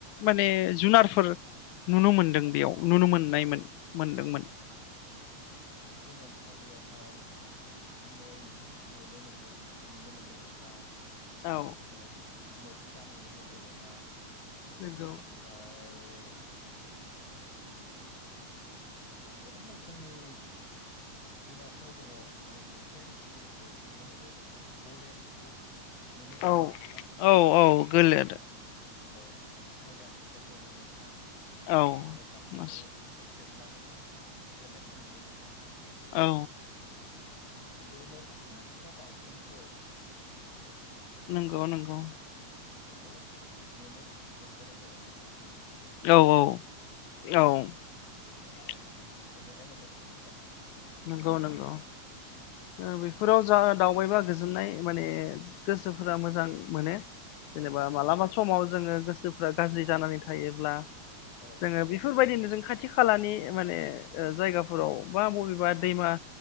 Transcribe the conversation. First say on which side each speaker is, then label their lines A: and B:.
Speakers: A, on the left; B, on the left.
A: माने जुनारफोर नुनो मोनदों
B: औ
A: बेयाव नुनो मोननायमोन मोनदोंमोन?
B: बे जुनारसालियावहाय मै नुनो मोनगोन नुनो मोनदों नोंथां ओमफ्राय
A: औ
B: मोख्रा नुनो मोनदों नोंथां
A: नोंगौ
B: ओमफ्राय बे गोबां रोखोमनि जुनारफोर दङ माने नुफेरै बुस्थुफोरखौ नुनो मोनो गलेर खौबो नुनो मोनो
A: औ
B: नोंथां ओमफ्राय
A: औ औ गोलेर
B: औ टाइगार जायखौ होनो मोसा
A: औ
B: मोसाखौबो
A: मास
B: जोब नानै दोननायखौ नुनो मोनो।
A: औ।
B: बेबायदिनो फिसा फिसा दाउसिनफोर
A: नोंगौ। गोबां नोंगौ
B: खौबो नुनो मोनबोनाय जादों नोंथां
A: औ
B: बेयावहाय
A: औ औ <inaudible>
B: गोजोननाय मोनदों नोंथां
A: नंगौ नंगौ ओ बेफोराव जा दावबायबा गोजोननाय माने गोसोफोरा मोजां मोनो जेनेबा
B: औ नोंथां
A: मालाबा समाव जोङो गोसोफ्रा गाजि जानानै थायोब्ला
B: औ
A: जोङो बेफोरबायदिनो <inaudible> खाथि खालानि माने जायगाफोराव बा बबेबा दैमा